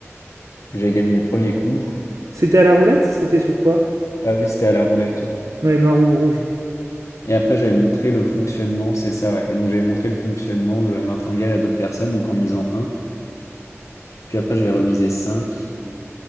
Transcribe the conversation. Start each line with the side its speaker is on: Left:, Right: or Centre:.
Left: que j'avais gagné du premier coup.
Right: C'était à la roulette? C'était sur quoi?
Left: Ah oui, c'était à la roulette, ouais.
Right: Ouais, noir ou rouge.
Left: Et après, j'avais montré le fonctionnement, c'est ça, ouais. Et donc, j'avais montré le fonctionnement de la martingale à d'autres personnes, donc en misant un Puis après, j'avais remisé cinq